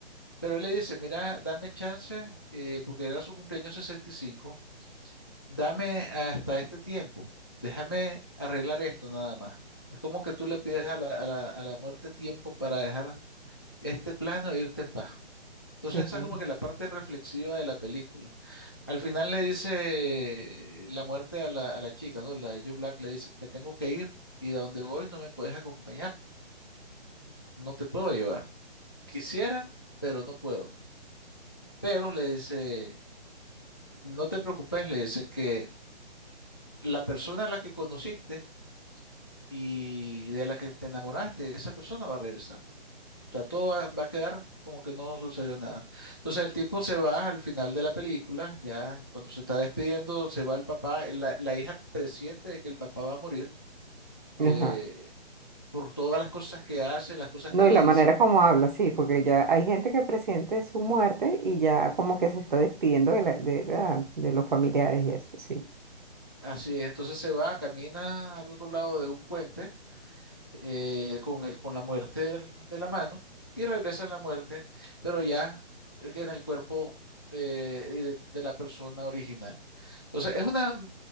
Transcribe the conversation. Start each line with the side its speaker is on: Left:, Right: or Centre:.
Left: Pero él le dice, mira, dame chance, eh, porque era su cumpleaños 65, dame hasta este tiempo, déjame arreglar esto nada más. Es como que tú le pides a la, a la, a la muerte tiempo para dejar este plano e irte en paz. Entonces
Right: Claro.
Left: esa es como que la parte reflexiva de la película al final le dice la muerte a la, a la chica, ¿no? La de Joe Black le dice, me tengo que ir y a donde voy no me puedes acompañar, no te puedo llevar. Quisiera, pero no puedo. Pero le dice, no te preocupes, le dice que la persona a la que conociste y de la que te enamoraste, esa persona va a regresar. O sea, todo va, va a quedar como que no sucedió nada. Entonces el tipo se va al final de la película, ya cuando se está despidiendo, se va el papá, la la hija presiente de que el papá va a morir
Right: Ajá.
Left: eh, por todas las cosas que hace, las cosas
Right: No,
Left: que le
Right: y la
Left: dice.
Right: manera como habla, sí, porque ya hay gente que presiente su muerte y ya como que se está despidiendo de, la- de, ¿verdad? de los familiares y eso, sí.
Left: Así es, entonces se va, camina al otro lado de un puente eh, con el, con la muerte del- de la mano y regresa en la muerte, pero ya eh, que en el cuerpo eh, de, de la persona original. Entonces es una,